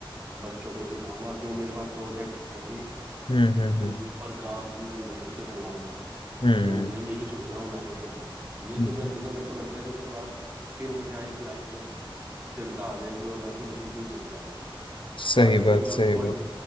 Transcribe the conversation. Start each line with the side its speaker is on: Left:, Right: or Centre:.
Right: बच्चों को सिखाऊंगा जो मेरे पास प्रोजेक्ट होंगे
Left: हम्म हम्म हम्म
Right: उन पर काम मैं उन बच्चों से करवाऊंगा
Left: हम्म।
Right: तो भाई यही सोच रहा हूँ मैं तो फिलहाल ये
Left: हम्म।
Right: तो मेरे मतलब मेरे को लगता है कि उसके बाद फिर मेरा एक लाइफ एक स्थिरता आ जाएगी और मैं फिर उसी पे ही चलता रहूंगा
Left: सही
Right: हाँ जब
Left: बात
Right: तक मैं
Left: सही
Right: उस पॉइंट
Left: बात